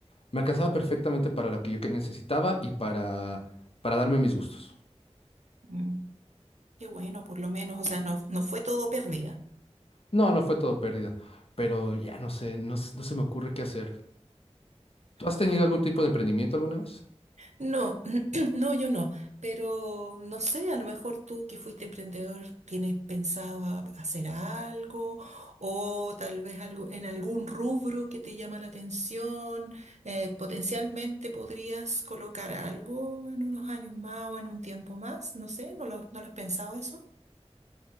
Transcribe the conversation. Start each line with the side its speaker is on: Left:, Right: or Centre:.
Left: me alcanzaba perfectamente para lo que yo que necesitaba y para, para darme mis gustos.
Right: Mm, Qué bueno, por lo menos, o sea, no, no fue todo pérdida.
Left: No, no fue todo pérdida, pero ya no sé, no, s- no se me ocurre qué hacer. ¿Tú has tenido
Right: Ah,
Left: algún tipo de emprendimiento alguna vez?
Right: No, <clears throat> no, yo no, pero no sé, a lo mejor tú que fuiste emprendedor tienes pensado a- hacer algo o tal vez algo en algún rubro que te llama la atención, eh, potencialmente podrías colocar algo en unos años más o en un tiempo más, no sé, no lo, no lo has pensado eso.